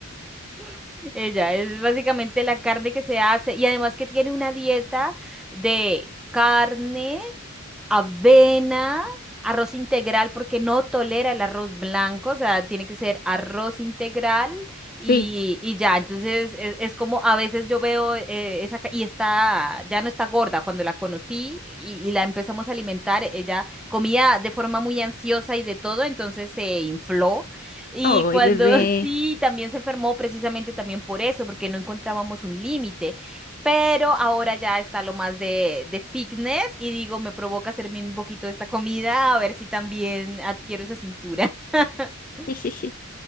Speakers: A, in the centre; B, on the left (about 40°).
A: <laughs> Ella es básicamente la carne que se hace y además que tiene una dieta de carne. avena, arroz integral, porque no tolera el arroz blanco, o sea, tiene que ser arroz integral y,
B: Sí.
A: y ya. Entonces es, es como a veces yo veo eh, esa, ca- y está, ya no está gorda. Cuando la conocí y, y la empezamos a alimentar, ella comía de forma muy ansiosa y de todo, entonces se infló. Y
B: Oh,
A: cuando
B: bebé.
A: <laughs> sí, también se enfermó precisamente también por eso, porque no encontrábamos un límite. Pero ahora ya está lo más de, de fitness y digo, me provoca hacerme un poquito de esta comida a ver si también adquiero esa cintura. <laughs>
B: <laughs>